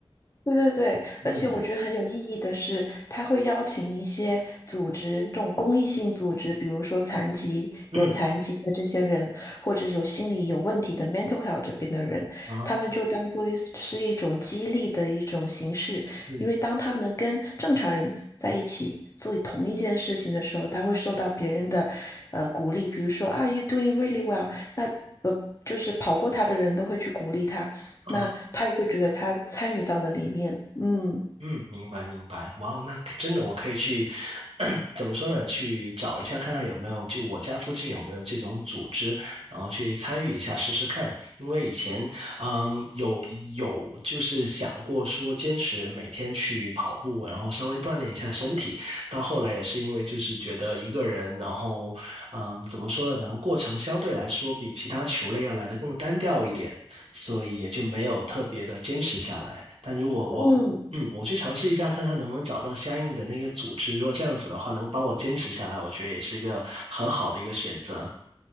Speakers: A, on the left; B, on the right.
A: 对对对，
B: 嗯
A: 而且我觉得很有意义的是，他会邀请一些组织，这种公益性组织，比如说残疾、
B: 嗯
A: 有残疾的这些人，或者有心理有问题的 mental health 这边的人，
B: 啊
A: 他们就当做是一种激励的一种形式，
B: 嗯。
A: 因为当他们跟正常人在一起做同一件事情的时候，他会受到别人的呃鼓励，比如说 Are y o u doing really well，那。呃，就是跑过他的人都会去鼓励他，
B: 啊。
A: 那他也会觉得他参与到了里面，嗯。
B: 嗯，明白明白，哇哦，那可真的我可以去，<clears throat> 怎么说呢？去找一下看看有没有，就我家附近有没有这种组织，然后去参与一下试试看。因为以前，嗯，有有就是想过说坚持每天去跑步，然后稍微锻炼一下身体，到后来也是因为就是觉得一个人，然后，嗯，怎么说呢？可能过程相对来说比其他球类要来的更单调一点。所以也就没有特别的坚持下来。但如果我嗯，
A: 嗯，
B: 我去尝试一下，看看能不能找到相应的那个组织。如果这样子的话，能帮我坚持下来，我觉得也是一个很好的一个选择。